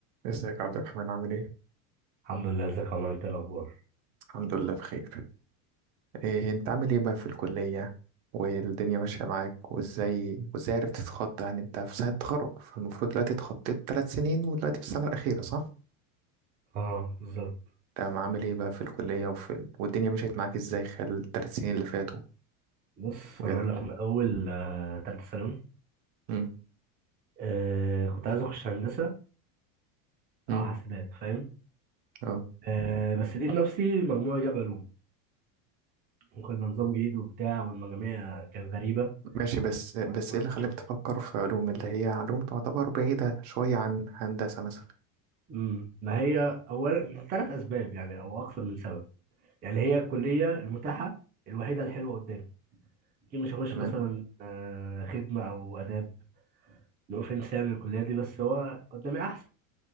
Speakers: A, on the right (about 70°); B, on the right (about 20°).
A: ازيك يا عبد الرحمن عامل ايه؟
B: الحمد لله ازيك يا عمر انت إيه الاخبار
A: الحمد لله بخير إيه انت عامل ايه بقى في الكلية والدنيا ماشية معاك وازاي وازاي عرفت تتخطى يعني انت في سنة تخرج فالمفروض دلوقتي اتخطيت ثلاث سنين ودلوقتي في السنة الأخيرة صح؟
B: اه بالظبط
A: تمام عامل ايه بقى في الكلية وفي ال... والدنيا مشيت معاك ازاي خلال الثلاث سنين اللي فاتوا
B: بص
A: وكده
B: انا اقول لك من اول آه، تالتة ثانوي
A: امم
B: آه كنت عايز اخش هندسه
A: امم
B: او حاسبات فاهم
A: اه
B: آه بس لقيت نفسي مجموعه جاب علوم وكان ده نظام جديد وبتاع والمجاميع كانت غريبه
A: ماشي بس بس
B: أول مرة
A: ايه اللي
B: نشوف
A: خلاك تفكر في علوم اللي هي علوم تعتبر بعيدة شوية عن هندسة مثلا
B: امم ما هي اولا ثلاث اسباب يعني او اكثر من سبب يعني هي الكليه المتاحه الوحيده الحلوه قدامي اكيد مش هخش
A: تمام
B: مثلا آه خدمه او اداب نو اوفنس يعني الكليه دي بس هو قدامي احسن